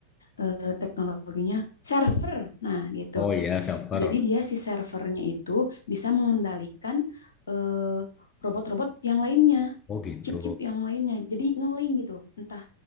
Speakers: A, on the left; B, on the left.
A: eh, teknologinya server. Nah, gitu.
B: Oh iya, silver.
A: Jadi dia si servernya itu bisa mengendalikan eh, robot-robot yang lainnya,
B: Oh gitu.
A: chip-chip yang lainnya. Jadi ngeling gitu. Entah